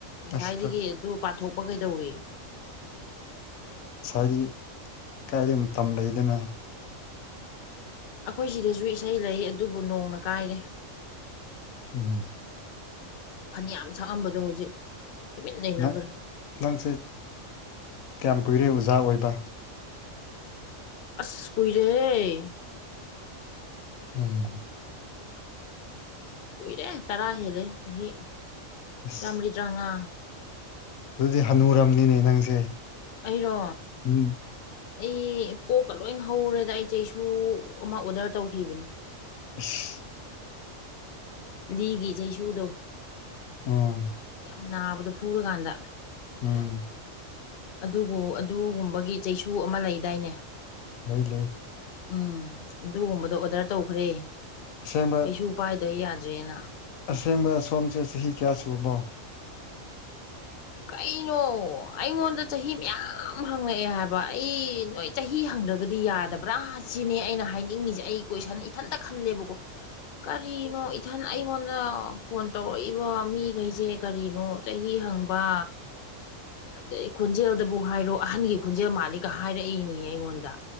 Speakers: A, on the left (about 55°); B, on the left (about 80°).
A: ꯉꯁꯥꯏꯗꯒꯤ
B: ꯑꯁ ꯐꯔꯛ
A: ꯑꯗꯨ ꯄꯥꯊꯣꯛꯄ ꯀꯩꯗꯧꯋꯤ
B: ꯉꯁꯥꯏꯗꯤ ꯈꯔꯗꯤ ꯃꯇꯝ ꯂꯩꯗꯅ
A: ꯑꯩꯈꯣꯏ ꯁꯤꯗꯁꯨ ꯏꯁꯩ ꯂꯩ ꯑꯗꯨꯕꯨ ꯅꯣꯡꯅ ꯀꯥꯏꯔꯦ
B: ꯎꯝ
A: ꯐꯅꯌꯥꯝ ꯁꯛꯑꯝꯕꯗꯣ ꯍꯧꯖꯤꯛ ꯇꯨꯃꯤꯟ ꯂꯩꯅꯒꯔꯦ
B: ꯅꯪ ꯅꯪꯁꯦ ꯀꯌꯥꯝ ꯀꯨꯏꯔꯦ ꯑꯣꯖꯥ ꯑꯣꯏꯕ
A: ꯑꯁ ꯀꯨꯏꯔꯦꯍꯦ
B: ꯎꯝ
A: ꯀꯨꯏꯔꯦ ꯇꯔꯥ ꯍꯦꯜꯂꯦ ꯆꯍꯤ
B: ꯑꯁ
A: ꯇꯔꯥꯃꯔꯤ ꯇꯔꯥꯃꯉꯥ
B: ꯑꯗꯨꯗꯤ ꯍꯅꯨꯔꯝꯅꯤꯅꯦ ꯅꯪꯁꯦ
A: ꯑꯩꯔꯣ
B: ꯎꯝ
A: ꯑꯩ ꯄꯣꯛꯀ ꯂꯣꯏ ꯍꯧꯔꯦꯗ ꯑꯩ ꯆꯩꯁꯨ ꯑꯃ ꯑꯣꯗꯔ ꯇꯧꯈꯤꯕꯅꯦ
B: ꯏꯁ <inaudible>
A: ꯂꯤꯒꯤ ꯆꯩꯁꯨꯗꯣ
B: ꯑꯣ
A: ꯌꯥꯝ ꯅꯥꯕꯗꯣ ꯐꯨꯔꯀꯥꯟꯗ
B: ꯎꯝ
A: ꯑꯗꯨꯕꯨ ꯑꯗꯨꯒꯨꯝꯕꯒꯤ ꯆꯩꯁꯨ ꯑꯃ ꯂꯩꯗꯥꯏꯅꯦ
B: ꯂꯩ ꯂꯩ
A: ꯎꯝ ꯑꯗꯨꯒꯨꯝꯕꯗꯣ ꯑꯣꯗꯔ ꯇꯧꯈ꯭ꯔꯦ
B: ꯑꯁꯦꯡꯕ
A: ꯆꯩꯁꯨ ꯄꯥꯏꯗ ꯌꯥꯗ꯭ꯔꯦꯅ
B: ꯑꯁꯦꯡꯕ ꯁꯣꯝꯁꯦ ꯆꯍꯤ ꯀꯌꯥ ꯁꯨꯔꯕꯣ
A: ꯀꯩꯅꯣ ꯑꯩꯉꯣꯟꯗ ꯆꯍꯤ ꯃꯌꯥꯝ ꯍꯪꯉꯛꯑꯦ ꯍꯥꯏꯕ ꯑꯩ ꯅꯣꯏ ꯆꯍꯤ ꯍꯪꯗ꯭ꯔꯒꯗꯤ ꯌꯥꯗꯕ꯭ꯔꯥ ꯁꯤꯅꯤ ꯑꯩꯅ ꯍꯥꯏꯅꯤꯡꯉꯤꯁꯦ ꯑꯩ ꯀꯣꯏꯁꯟ ꯏꯊꯟꯇ ꯈꯜꯂꯦꯕꯀꯣ ꯀꯔꯤꯅꯣ ꯏꯊꯟ ꯑꯩꯉꯣꯟꯗ ꯐꯣꯟ ꯇꯧꯔꯛꯏꯕ ꯃꯤꯈꯩꯁꯦ ꯀꯔꯤꯅꯣ ꯆꯍꯤ ꯍꯪ ꯄ ꯑꯗꯩ ꯈꯣꯟꯖꯦꯜꯗꯕꯨ ꯍꯥꯏꯔꯣ ꯑꯍꯟꯒꯤ ꯈꯣꯟꯖꯦꯜ ꯃꯥꯜꯂꯤꯀꯥ ꯍꯥꯏꯔꯛꯏꯅꯦ ꯑꯩꯉꯣꯟꯗ